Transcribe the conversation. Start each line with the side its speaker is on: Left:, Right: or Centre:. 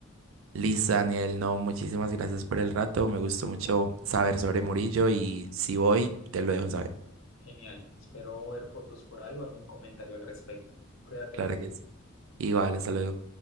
Right: Liz, Daniel, no, muchísimas gracias por el rato. Me gustó mucho saber sobre Murillo y si voy, te lo dejo saber.
Left: Genial. Espero ver fotos por ahí o algún comentario al respecto. Cuídate
Right: Claro
Left: mucho.
Right: que sí. Igual, hasta luego.